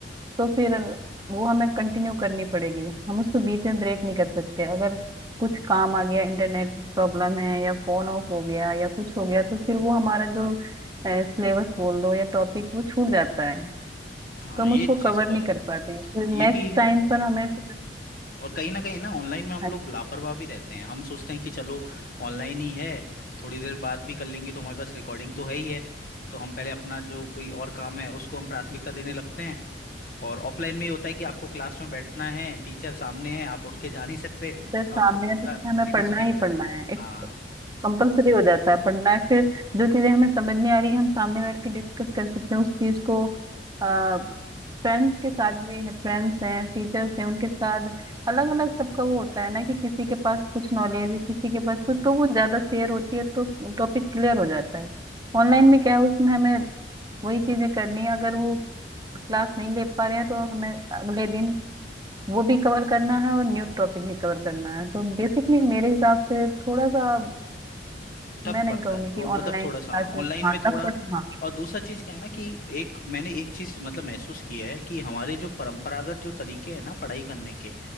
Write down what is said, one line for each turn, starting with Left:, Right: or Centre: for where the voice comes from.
Right: तो फिर वो हमें कंटिन्यू करनी पड़ेगी हम उसको बीच में ब्रेक नहीं कर सकते अगर कुछ काम आ गया इंटरनेट प्रॉब्लम है या फोन ऑफ हो गया या कुछ हो गया तो फिर वो हमारा जो सिलेबस बोल दो या टॉपिक वो छूट जाता है तो
Left: हाँ
Right: हम
Left: ये
Right: उसको कवर
Left: चीज़ तो
Right: नहीं
Left: है
Right: कर पाते हैं फिर
Left: ये
Right: नेक्स्ट
Left: भी है
Right: टाइम पर हमें फिर
Left: और कहीं ना कहीं ना ऑनलाइन में हम
Right: हाँ,
Left: लोग लापरवाह भी रहते हैं हम सोचते हैं कि चलो ऑनलाइन ही है थोड़ी देर बाद भी कर लेंगे तो हमारे पास रिकॉर्डिंग तो है ही है तो हम पहले अपना जो कोई और काम है उसको हम प्राथमिकता देने लगते हैं और ऑफलाइन में ये होता है कि आपको क्लास में बैठना है टीचर सामने है आप उठ के जा नहीं सकते
Right: teacher सामने
Left: तो आपको पूरा
Right: है तो फिर हमें
Left: सीरियस
Right: पढ़ना
Left: होकर
Right: ही
Left: पढ़ाई
Right: पढ़ना
Left: करना
Right: है
Left: हाँ
Right: कंपलसरी हो जाता है पढ़ना है फिर जो चीजें हमें समझ नहीं आ रही हम सामने बैठ के डिस्कस कर सकते हैं उस चीज को आ, फ्रेंड्स के साथ भी है फ्रेंड्स हैं टीचर्स हैं उनके साथ अलग अलग सबका वो होता है ना कि किसी के पास कुछ नॉलेज है किसी के पास कुछ तो वो ज्यादा शेयर होती है तो टॉपिक क्लियर हो जाता है ऑनलाइन
Left: हाँ
Right: में क्या है उसमें हमें वही चीजें करनी है अगर वो क्लास नहीं ले पा रहे हैं तो हमें अगले दिन वो भी कवर करना है और न्यू टॉपिक भी कवर करना है तो बेसिकली मेरे हिसाब से थोड़ा सा
Left: टफ
Right: मैं नहीं
Left: पड़ता
Right: कहूंगी
Left: है
Right: कि
Left: वो मतलब
Right: ऑनलाइन
Left: थोड़ा
Right: क्लासेस
Left: सा हाँ ऑनलाइन
Right: हाँ
Left: में थोड़ा
Right: टफ बट हाँ
Left: और दूसरा चीज क्या है ना कि एक मैंने एक चीज मतलब महसूस की है कि हमारे जो परंपरागत जो तरीके हैं ना पढ़ाई करने के